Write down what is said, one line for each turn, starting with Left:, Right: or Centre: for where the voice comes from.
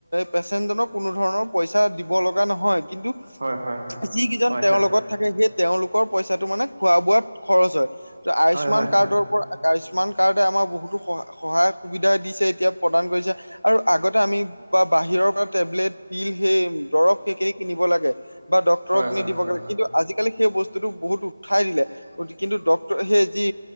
Left: পেচেণ্টজনক কোনো ধৰণৰ পইচা দিব লগা নহয়, কিন্তু।
Right: হয় হয়
Left: যিকেইজন
Right: হয়
Left: তেওঁৰ
Right: হয়
Left: লগত। থাকে সেই তেওঁলোকৰ পইচাটো মানে খোৱা বোৱাত খৰচ হয়, ত আয়ুস্মান
Right: হয় হয়
Left: কাৰ্ডৰ
Right: হয়
Left: পৰা। আয়ুস্মান কাৰ্ডে আমাৰ বহুতো সহ সহায় সুবিধা দিছে, এতিয়া প্ৰদান কৰিছে। আৰু আগতে আমি বা বাহিৰৰ পৰা টেবলেট তিল সেই দৰৱ, সেইখিনি কিনিব লাগে। বা ডক্তৰক
Right: হয় হয় হয়
Left: নিদিবগে
Right: হয়
Left: কিন্তু আজিকালি সেই বস্তুটো বহুত উঠাই দিলে। গতি কিন্তু ড্ৰপ সেই যি